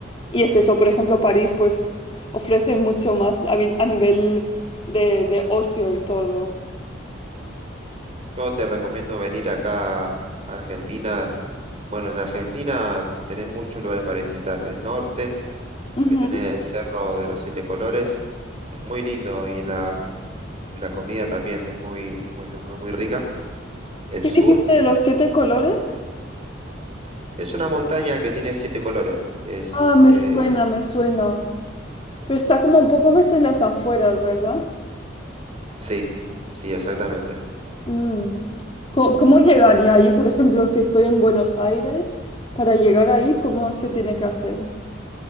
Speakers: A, on the left; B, on the right.
A: y es eso. Por ejemplo, París pues ofrece mucho más a, vi- a nivel de, de ocio y todo.
B: Yo te recomiendo venir acá a Argentina. Bueno, en Argentina tenés muchos lugares para visitar. El norte,
A: Ujú.
B: que tenés el Cerro de los Siete Colores, es muy lindo y la, la comida también es muy, muy, muy, muy rica. El
A: ¿Qué
B: sur
A: dijiste de los siete colores?
B: es una montaña que tiene siete colores. Es,
A: Ah, me
B: eh,
A: suena, me suena. Pero está como un poco más en las afueras, ¿verdad?
B: sí, sí, exactamente.
A: Mm. Co- ¿Cómo, llegaría ahí? Por ejemplo, si estoy en Buenos Aires, para llegar ahí, ¿cómo se tiene que hacer?